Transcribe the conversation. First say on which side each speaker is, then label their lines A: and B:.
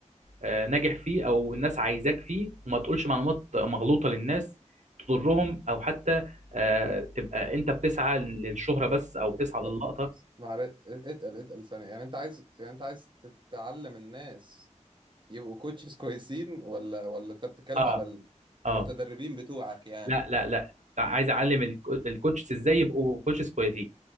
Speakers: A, on the right; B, on the right.
A: آه، ناجح فيه او الناس عايزاك فيه وما تقولش معلومات مغلوطه للناس تضرهم او حتى آه، تبقى انت بتسعى للشهره بس او بتسعى للقطه
B: طب معلش اتقل اتقل ثانية يعني انت عايز يعني انت عايز تتعلم الناس يبقوا كوتشز كويسين ولا ولا انت بتتكلم
A: اه
B: على ال-
A: اه
B: المتدربين بتوعك يعني
A: لا لا لا كنت عايز اعلم الكو- الكوتشز ازاي يبقوا كوتشز كويسين